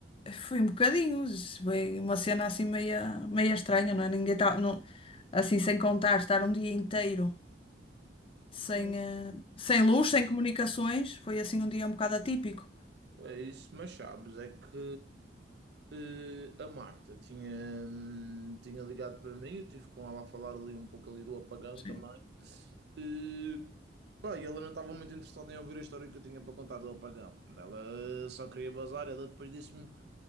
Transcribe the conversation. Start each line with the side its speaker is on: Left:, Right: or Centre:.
Left: Foi um bocadinho, foi uma cena assim meia, meia estranha, não é? Ninguém tá, não, assim sem contar, estar um dia inteiro sem,
Right: Não.
Left: eh, sem luz, sem comunicações, foi assim um dia um bocado atípico.
Right: É isso, mas sabes, é que eh, a Marta tinha, hum, tinha ligado para mim, eu tive com ela a falar ali um pouco ali do apagão
Left: Sim.
Right: também. Eh, pá, e ela não estava muito interessada em ouvir a história que eu tinha para contar do apagão. Ela só queria bazar, ela depois disse-me,